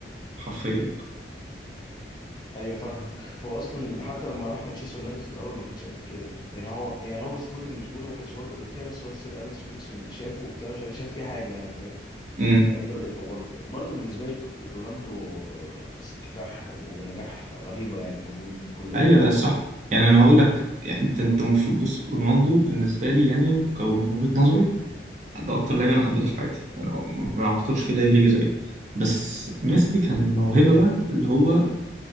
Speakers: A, on the right (about 45°); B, on the left (about 25°).
A: حرفيا
B: أيوه فاهمك هو أصلا حتى لما راح مانشستر يونايتد في الأول ما كانش قد كده يعني هو يعني هو في سبورتنج لشبونة ما كانش برضه قد كده بس هو السير أليكس فيرجسون شافه وبتاع مش عارف، شاف فيه حاجة يعني فاهم
A: امم
B: بعدين بدأ يطوره كده برضه بالنسبة لي رونالدو قصة كفاح ونجاح رهيبة يعني المفروض كلنا
A: ايوه الصح يعني انا هقول لك يعني انت انت المفروض بص رونالدو بالنسبة لي يعني ومن وجهة نظري ده اكتر لعيب انا حبيته في حياتي انا ما اعتقدش في لعيب هيجي زيه بس ميسي كان موهبة بقى اللي هو